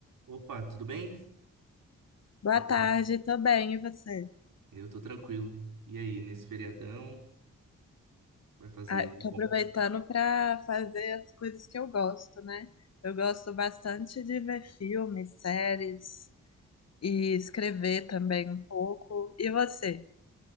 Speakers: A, on the right (about 70°); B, on the left (about 50°).
A: Opa, tudo bem?
B: Boa
A: Boa
B: tarde,
A: tarde.
B: tô bem, e você?
A: Eu tô tranquilo. E aí, nesse feriadão, vai fazer?
B: Ah, tô
A: Bom.
B: aproveitando para fazer as coisas que eu gosto, né? Eu gosto bastante de ver filmes, séries e escrever também um pouco. E você?